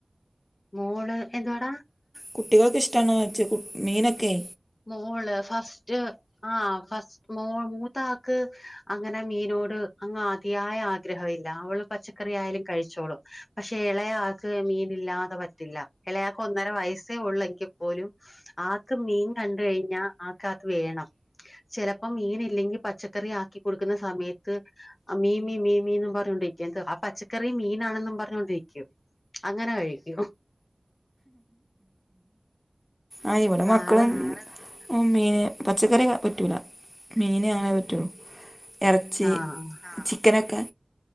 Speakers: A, on the left; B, on the left.
A: മോള് എന്തുവാടാ
B: കുട്ടികൾക്ക് ഇഷ്ടാണൊ വച്ചത് മീനൊക്കെ
A: മോള് ഫസ്റ്റ് ആഹ് ഫസ്റ്റ് മോൾ മൂത്താക്ക് അങ്ങനെ മീനോട് അങ്ങ് അതിയായ ആഗ്രഹമീല്ല അവള് പച്ചക്കറി ആയാലും കഴിച്ചോളും പക്ഷേ ഇളയയാൾക്ക് മീനീല്ലാതെ പറ്റില്ല ഇളയാക്ക് ഒന്നര വയസ്സേ ഉള്ളെങ്കിൽ പോലും ആക്ക് മീൻ കണ്ടാ കഴിഞ്ഞൽ ആകാത് വേണം ചിലപ്പോ മീൻ ഇല്ലെങ്കിൽ പച്ചക്കറി ആക്കി കൊടുക്കുന്ന സമയത്ത് മീമി മീമി മീന്നും പറഞ്ഞോണ്ടിരിക്കുവ എന്താ ആ പച്ചക്കറി മീനാണെന്നും പറഞ്ഞോണ്ടിരിക്കും അങ്ങനെ കഴിക്കും
B: ആഹ് ഇവിടെ മക്കളും
A: ആള്
B: ഓ മീൻ പച്ചക്കറി പറ്റൂല മീന് അങ്ങനെ പറ്റുള്ളൂ ഇറച്ചി
A: ആഹ്
B: ചിക്കനൊക്കെ